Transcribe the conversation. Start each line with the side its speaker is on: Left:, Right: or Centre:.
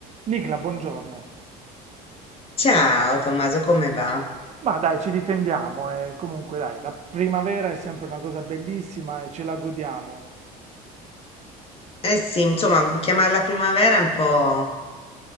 Right: Nicla, buongiorno.
Left: Ciao Tommaso, come va?
Right: Ma dai, ci difendiamo e comunque dai, la primavera è sempre una cosa bellissima e ce la godiamo.
Left: Eh sì, insomma, chiamarla primavera è un po',